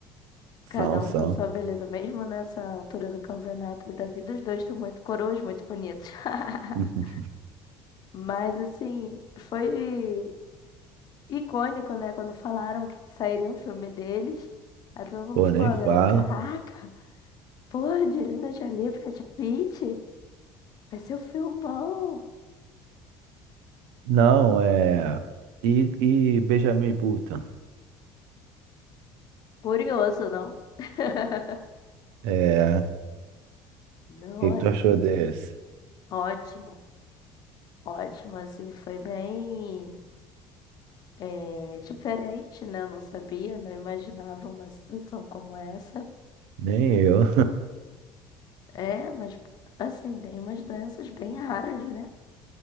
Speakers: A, on the right; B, on the left.
A: São,
B: Cada
A: são.
B: um com a sua beleza, mesmo nessa altura do campeonato e da vida, os dois estão muito coroas, muito bonitos. <laughs>
A: <laughs>
B: Mas assim, foi. icônico, né? Quando falaram que sairia um filme deles, aí todo mundo
A: Pô,
B: ficou,
A: nem fala.
B: né? Caraca, pô, Angelina Jolie, Brad Pitt, vai ser um filmão.
A: Não, é. E, e Benjamin Button?
B: Curioso, não? <laughs>
A: É. O
B: Não,
A: que
B: ali,
A: que tu achou desse?
B: ótimo, ótimo, assim, foi bem é, diferente, né? Eu não sabia, não imaginava uma situação como essa.
A: Nem eu.
B: É, mas, assim, tem umas doenças bem raras, né?